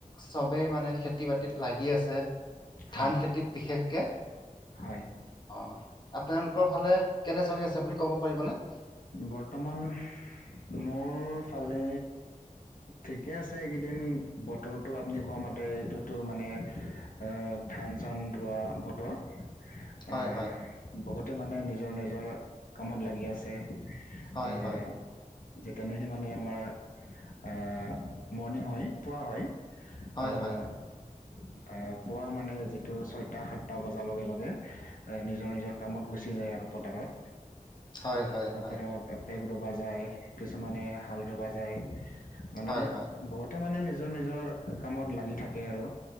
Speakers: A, on the left (about 30°); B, on the left (about 75°).
A: সবেই মানে খেতি বাতিত লাগি আছে।
B: হয়
A: ধান খেতিত বিশেষকে।
B: হয়।
A: অ আপোনালোকৰ ফালে কেনে চলি আছে আপুনি ক'ব পাৰিবনে?
B: বৰ্তমান মোৰ ফালে ঠিকে আছে এইকেইদিন বতৰটো আপুনি কোৱা মতে এইটোতো মানে অ ধান চান ৰোৱা বতৰ।
A: হয়
B: এ
A: হয় হয়
B: বহুতে মানে নিজৰ নিজৰ কামত লাগি আছে। অহ।
A: হয় হয়
B: যে তেনে মানুহৰ অ' মৰ্ণিং হয়, পোৱা হয়।
A: হয়
B: অ'। অ, পুৱাৰ মানে যিটো ছয়টা সাতটা বজাৰ লগে লগে, নিজৰ নিজৰ কামত গুচি যায় আৰু পথাৰত।
A: হয় হয় হয়
B: পথাৰত
A: হয়
B: পেগ ৰুবা যায়, কিছুমানে হাল ৰুবা যায়। মানে,
A: হয় হয়
B: বহুতে মানে নিজ নিজৰ কামত লাগি থাকে আৰু,